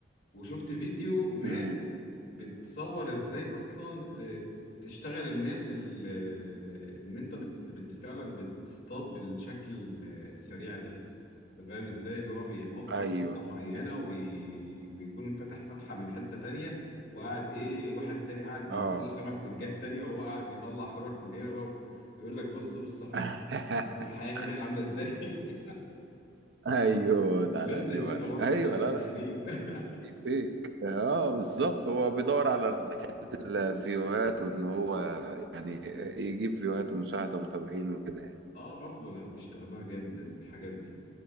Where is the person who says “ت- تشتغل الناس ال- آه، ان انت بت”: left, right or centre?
Left